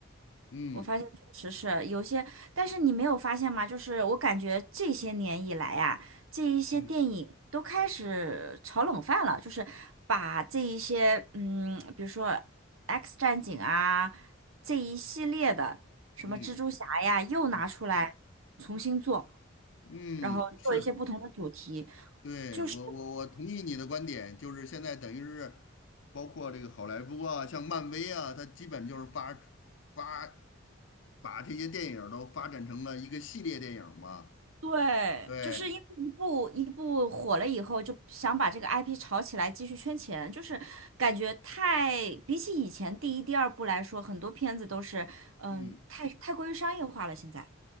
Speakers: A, on the left; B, on the right.
A: 嗯
B: 我发现确实是有些，但是你没有发现吗？就是我感觉这些年以来呀、这一些电影都开始炒冷饭了，
A: 嗯
B: 就是把这一些，嗯，比如说《X 战警》啊，这一系列的什么蜘蛛侠呀，
A: 嗯
B: 又拿出来重新做，
A: 嗯嗯，
B: 然后做一些不同的主题，
A: 是，对，
B: 就是
A: 我我我同意你的观点，就是现在等于是包括这个好莱坞啊，像漫威啊，它基本就是发发把这些电影儿都发展成了一个系列电影儿嘛。
B: 对，
A: 对，
B: 就是因为一部一部火了以后，就想把这个 IP 炒起来，继续圈钱，就是感觉太比起以前第一、第二部来说，很多片子都是嗯太太过于商业化了，
A: 嗯。
B: 现在